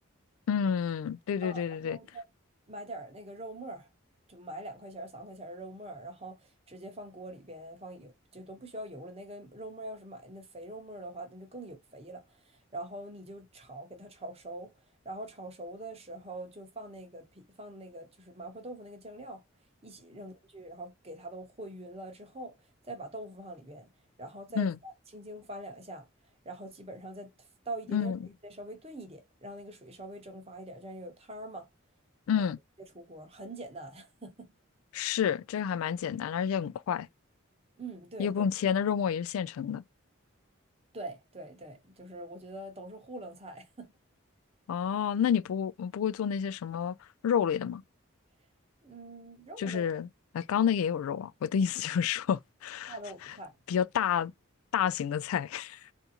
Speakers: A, on the left; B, on the right.
A: 嗯嗯，对对对对对，
B: 嗯，然后再买点儿那个肉末儿，就买两块钱儿、三块钱儿的肉末儿，然后直接放锅里边，放油，就都不需要油了。那个肉末儿要是买那肥肉末儿的话，那就更有肥了。然后你就炒，给它炒熟，然后炒熟的时候就放那个皮，放那个就是麻婆豆腐那个酱料一起扔进去，然后给它都和匀了之后，再把豆腐放里边，然后再翻轻轻翻两下，
A: 嗯。
B: 然后基本上再倒一点。
A: 嗯
B: 再稍微炖一点，让那个水稍微蒸发一点，这样有汤儿嘛，
A: 嗯，
B: 然后直接出锅很简单。<laughs>
A: 是，这个还蛮简单的，而且很快，
B: 嗯，对对
A: 也不用切。那肉末也是现成的。
B: 对对对，就是我觉得都是糊弄菜。
A: 哦，那你不嗯不会做那些什么肉类的吗？
B: <laughs> 嗯，肉类的
A: 就是，哎，刚那个也有肉啊。我的意思就是说，<laughs>
B: 大肉菜，
A: 比较大大型的菜。<laughs>